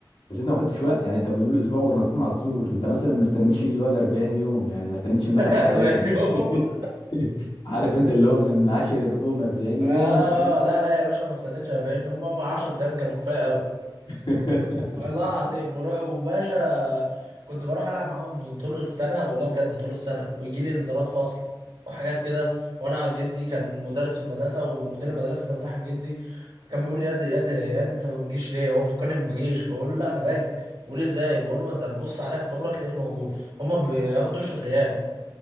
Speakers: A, on the left (about 75°); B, on the right (about 70°).
A: بس انت ما خدتش وقت يعني انت بتقول اسبوع ورنطتنا على السور انت مثلا ما استنيتش اللي هو ال 40 يوم يعني ما استنيتش
B: <laughs>
A: المثل حتى
B: 40
A: يكمل
B: يوم
A: <laughs> عارف انت اللي هو من عاشر القوم 40
B: آه
A: يوم صار من-
B: آه، لا لا يا باشا ما استنيتش 40 يوم هم 10 ايام كانوا كفايه قوي
A: <laughs>
B: والله العظيم ورا- وباشا كنت بروح العب معاهم من طول السنه والله بجد طول السنه ويجي لي انذارات فصل وحاجات كده وانا جدي كان مدرس في المدرسه ومدير المدرسه كان صاحب جدي فكان بيقول لي يا دي يا دي يا دي انت ما بتجيش ليه هو مفكرني ما بجيش بقول له لا انا باجي بيقول لي ازاي بقول له ما انت بتبص عليا في الطابور هتلاقيني موجود هما ما بياخدوش الغياب